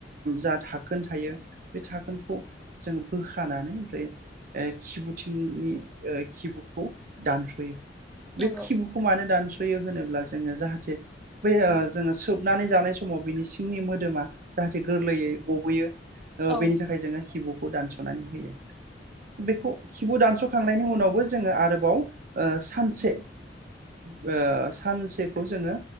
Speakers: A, on the right; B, in the centre.
A: जा धाखोन थायो बे धाखोनखौ जों बोखानानै ओमफ्राय ओ खिबुथिंनि खिबुखौ दानस'यो
B: नंगौ
A: बे खिबुखौ मानो दानस' यो होनोब्ला जोङो जाहाथे बै जोङो सोबनानै जानाय समाव बिनि सिंनि मोदोमा जाहाथे गोरलैयै गबोयो
B: नंगौ
A: ओ
B: औ
A: बेनि थाखाय जोङो खिबु खौ दानस'नानै होयो बेखौ खिबु दानस' खांनायनि उनावबो जोङो आरोबाव ओ सानसे ओ सानसेखौ जोङो